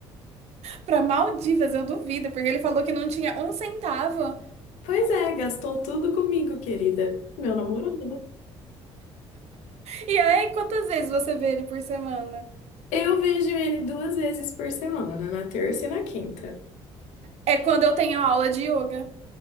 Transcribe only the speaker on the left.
Pois é, gastou tudo comigo, querida. Meu namorado.
Eu vejo ele duas vezes por semana, na terça e na quinta.